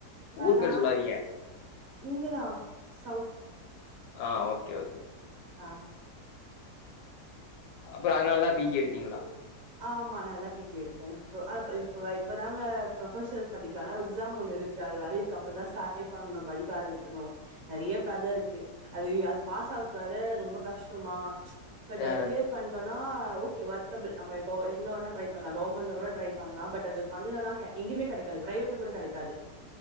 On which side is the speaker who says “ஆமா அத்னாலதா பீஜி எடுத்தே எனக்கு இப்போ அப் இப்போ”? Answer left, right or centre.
Right